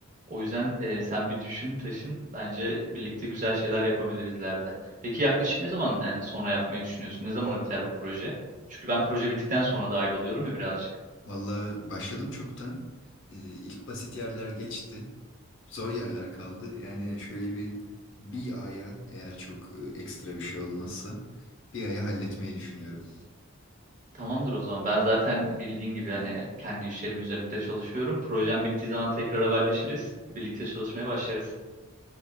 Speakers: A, on the right; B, on the left.
A: O yüzden e, sen bir düşün, taşın. Bence birlikte güzel şeyler yapabiliriz ileride. Peki yaklaşık ne zaman yani sonra yapmayı düşünüyorsun? Ne zamana biter bu proje? Çünkü ben proje bittikten sonra dahil oluyorum ya birazcık.
B: Vallahi başladım çoktan. Ee, ilk basit yerler geçti. Zor yerler kaldı. Yani şöyle bir bir aya eğer çok e, ekstra bir şey olmazsa bir aya halletmeyi düşünüyorum.
A: Tamamdır o zaman. Ben zaten bildiğin gibi hani kendi işlerim üzerinde de çalışıyorum. Projem bittiği zaman tekrar haberleşiriz. Birlikte çalışmaya başlarız.